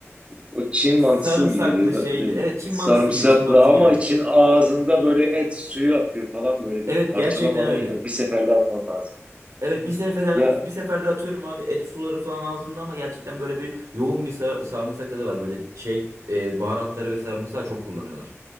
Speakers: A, on the right (about 25°); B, on the right (about 80°).
A: o Çin mantısı
B: Sarımsaklı
A: gibidir da-
B: şeyli.
A: dumble.
B: Evet Çin
A: Sarımsaklı
B: mantısı gibi. Çin mantısı
A: ama
B: gibi.
A: için ağzında böyle et suyu akıyor falan böyle
B: Evet
A: bir parçalamadan
B: gerçekten öyle.
A: yemek. Bir seferde atman lazım.
B: Evet bir seferde,
A: Ya
B: bir seferde atıyorum abi et suları falan ağzımda ama gerçekten böyle bir yoğun bir sar- sarımsak tadı var. Böyle şey e, baharatları ve sarımsağı çok kullanıyorlar.